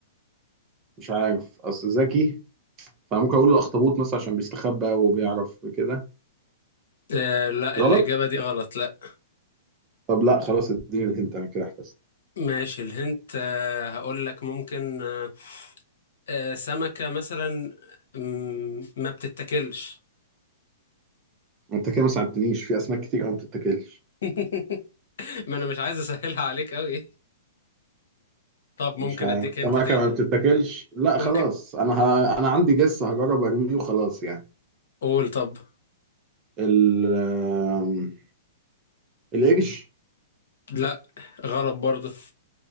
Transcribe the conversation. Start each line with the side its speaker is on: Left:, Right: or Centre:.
Right: مش عارف اصل ذكي فممكن اقول الاخطبوط مثلا عشان بيستخبى وبيعرف كده
Left: آه لا الاجابه
Right: غلط.
Left: دي غلط لا
Right: طب لا خلاص اديني الهنت انا كده احتسب
Left: ماشي الهنت آه، هقول لك ممكن آه، آه، سمكة مثلا مم، ما بتتاكلش
Right: انت كده ما ساعدتنيش في اسماك كتير قوي ما بتتاكلش
Left: <laughs> ما انا مش عايز اسهلها عليك قوي طب ممكن
Right: مش ه...
Left: اديك هنت
Right: الاماكن
Left: تاني
Right: ما بتتاكلش لا
Left: ممكن
Right: خلاص انا ه... انا عندي جس هجرب ارميه وخلاص يعني
Left: قول طب
Right: ال آم، القرش
Left: لا غلط برضه